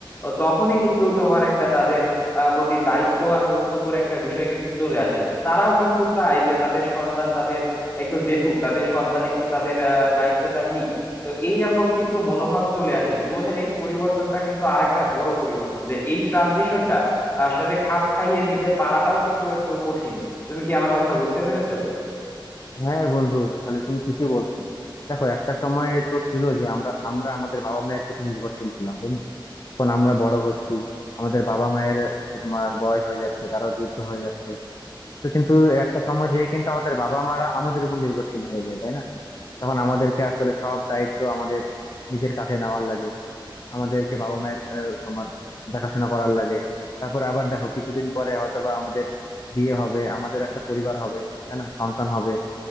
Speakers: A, on the left; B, on the left.
A: ও তখনই কিন্তু তোমার একটা তাদের আহ, প্রতি দায়িত্ব আর কর্তব্যের একটা বিষয় কিন্তু চলে আসে তারাও কিন্তু চায় যে তাদের সন্তান তাদের একটু দেখুক তাদের সন্তান একটু তাদের আহ, দায়িত্বটা নিক তো এইরকম কিন্তু মনোভাব চলে আসে জীবনের এই পরিবর্তনটা কিন্তু আর একটা বড় পরিবর্তন যে এই ট্রানজিশনটা সাথে খাপ খাইয়ে নিতে পারাটাও কিন্তু একটু কঠিন তুমি কি আমার কথা বুঝতে পেরেছো
B: হ্যাঁ বন্ধু আসলে তুমি ঠিকই বলছো দেখো একটা সময় তো ছিল যে আমরা আমরা আমাদের বাবা মায়ের প্রতি নির্ভরশীল ছিলাম তো এখন আমরা বড় হচ্ছি আমাদের বাবা মায়ের হচ্ছে তোমার বয়স হয়ে যাচ্ছে তারা বৃদ্ধ হয়ে যাচ্ছে তো কিন্তু একটা সময় যেয়ে কিন্তু আমাদের বাবা মারা আমাদের উপর নির্ভরশীল হয়ে যায় তাই না তখন আমাদেরকে আসলে সব দায়িত্ব আমাদের নিজের কাঁধে নেওয়ার লাগে আমাদেরকে বাবা মায়ের আহ, তোমার দেখাশোনা করার লাগে তারপরে আবার দেখো কিছুদিন পরে হয়তো বা আমাদের বিয়ে হবে আমাদের একটা পরিবার হবে তাই না সন্তান হবে